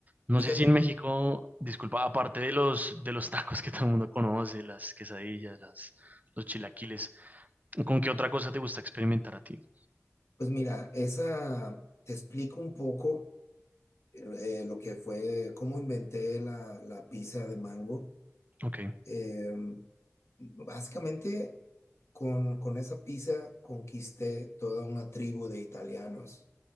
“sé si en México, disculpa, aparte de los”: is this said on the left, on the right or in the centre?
Right